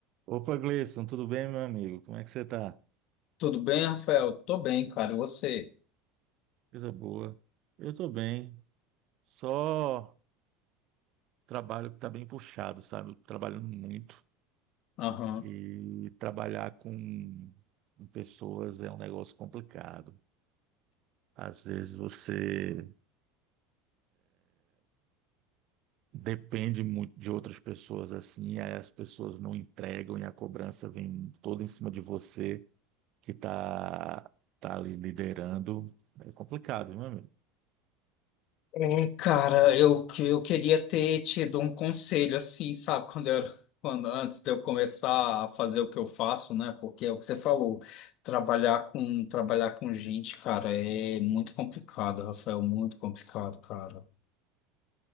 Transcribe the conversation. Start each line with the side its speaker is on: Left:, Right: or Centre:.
Right: Opa, Gleison, tudo bem, meu amigo? Como é que você tá?
Left: Tudo bem, Rafael? Tô bem, cara. E você?
Right: Coisa boa. Eu tô bem. Só trabalho que tá bem puxado, sabe? Eu tô Trabalhando muito.
Left: Aham.
Right: E trabalhar com com pessoas é um negócio complicado. Às vezes você depende muito de outras pessoas assim, aí as pessoas não entregam e a cobrança vem toda em cima de você que tá, tá ali liderando. É complicado, viu, meu amigo.
Left: É, cara, eu, que- eu queria ter te dado um conselho, assim, sabe? Quando eu, era- <laughs> quando, antes de eu começar a fazer o que eu faço, né? Porque é o que você falou, trabalhar com, trabalhar com gente, cara, é muito complicado, Rafael, muito complicado, cara.